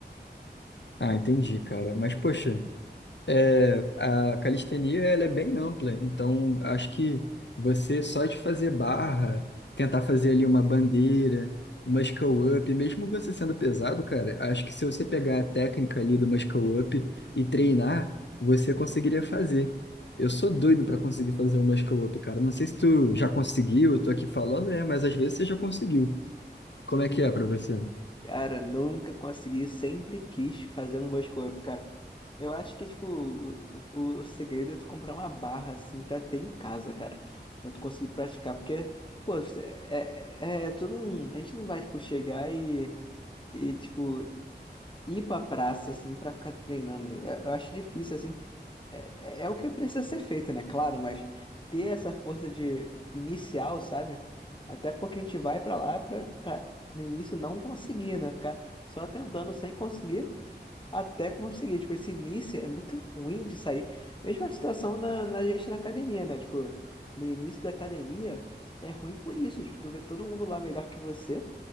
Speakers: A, on the left; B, on the left.
A: Ah, entendi, cara. Mas, poxa. É, a calistenia ela é bem ampla, então acho que você só de fazer barra, tentar fazer ali uma bandeira, muscle up, mesmo você sendo pesado, cara, acho que se você pegar a técnica ali do muscle up e treinar, você conseguiria fazer. Eu sou doido para conseguir fazer um muscle up, cara. Não sei se tu já conseguiu, eu tô aqui falando, né? Mas às vezes você já conseguiu. Como
B: <laughs>
A: é que é para você?
B: Cara, nunca consegui, sempre quis fazer um muscle up, cara. Eu acho que, tipo, o, o segredo é tu comprar uma barra, assim, pra ter em casa, cara. Pra tu conseguir praticar, porque, pô, é, é, é, tu não, a gente não vai, tipo, chegar e, e, tipo, ir pra praça, assim, pra ficar treinando. Eu, eu acho difícil, assim. É, é é o que precisa ser feito, né? Claro, mas ter essa força de inicial, sabe? Até porque a gente vai pra lá pra, pra no início não conseguir, né? Ficar só tentando sem conseguir até conseguir. Tipo, esse início é muito ruim de sair. Mesma situação na, na gente na academia, né? Tipo, no início da academia é ruim por isso. Tipo, tu vê todo mundo lá melhor que você.